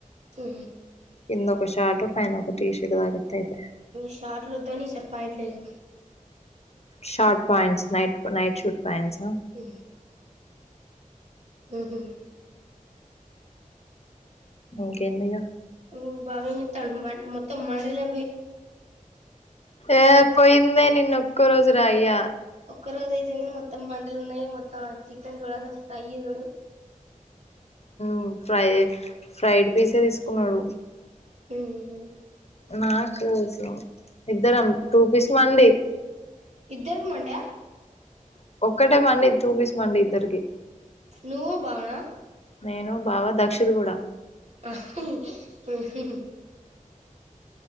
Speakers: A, on the right; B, on the left.
A: మ్
B: కిందొక షార్ట్ పైన్ ఒక టీషర్ట్ తగిలితే అయిప్
A: షార్ట్లు ఒద్దని ఇసారి పాయింట్లే ఇగ
B: short pants night night shoot pants
A: మ్ మ్ హూ
B: ఇంకేందిగ
A: మ్ బావేం చేత్తాండు మొత్తం మండీలే
B: ఏ పోయిందే నిన్నోక్క రోజురా అయ్యా
A: ఒక్క రోజు అయితేంది మొత్తం మండీలున్నయి మొత్తం చికెన్ చూడు అసలు ఫ్రై చూడు
B: మ్ ఫ్రై ఫ్రైడ్ పీసే తీసుకున్నడు
A: మ్మ్
B: నాకోసం ఇద్దరం టూ పీస్ మండీ
A: ఇద్దరికి మండి ఆ
B: ఒక్కటేమండి టూ పీస్ మండి ఇద్దరికి
A: నువ్వు బావనా
B: నేను బావా దక్షిత్ కూడా
A: <unintelligible>